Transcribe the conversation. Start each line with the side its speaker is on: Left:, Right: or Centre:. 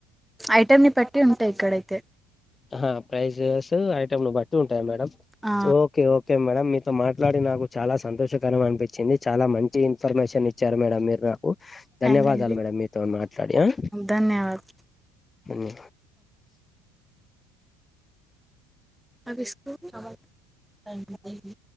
Centre: ఐటెం ని బట్టి ఉంటాయి ఇక్కడ అయితే
Left: ఆహా ప్రైజెస్ ఐటమ్ ని బట్టి ఉంటాయా మేడం
Centre: ఆ
Left: సో ఓకే ఓకే మేడం మీతో మాట్లాడి నాకు చాలా సంతోషకరం అనిపించింది చాలా మంచి ఇన్ఫర్మేషన్ ఇచ్ చ్చారు మేడం మీరు నాకు
Centre: థ్యాంక్
Left: ధన్యవాదాలు
Centre: అండి
Left: మేడం మీతోని మాట్లాడి ఆ
Centre: ధన్యవాద్
Left: ఉ
Centre: ఆ ఇసుకపోతున్నావా టైం అయింది